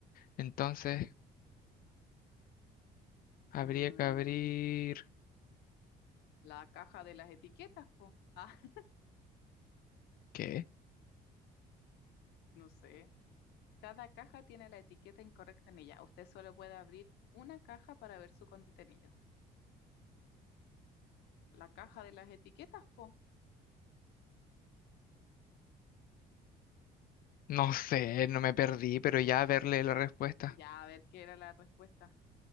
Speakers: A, on the left; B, on the left.
A: Entonces, habría
B: Ujú.
A: que abrir...
B: La caja de las etiquetas, po. Ah, <laughs>
A: ¿Qué?
B: no sé. Cada caja tiene la etiqueta incorrecta en ella. Usted solo puede abrir una caja para ver su contenido. La caja de las etiquetas, po.
A: No sé, no me perdí, pero ya verle la respuesta.
B: Ya, a ver qué era la respuesta.